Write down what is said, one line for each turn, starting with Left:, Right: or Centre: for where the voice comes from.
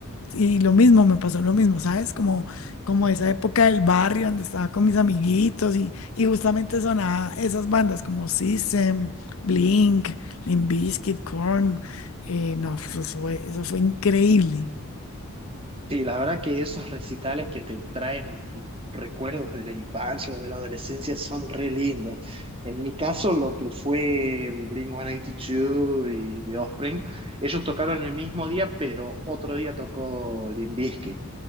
Left: Y lo mismo, me pasó lo mismo, ¿sabes? Como, como esa época del barrio donde estaba con mis amiguitos y, y justamente sonaba esas bandas como System, Blink, Limp Bizkit, Korn. eh, no, eso fue, eso fue increíble.
Right: Sí, la verdad que esos recitales que te traen a tus recuerdos de la infancia o de la adolescencia son re lindos. En mi caso, lo que fue Blink-182 y dos y The Offspring, ellos tocaron el mismo día, pero otro día tocó Limp Bizkit.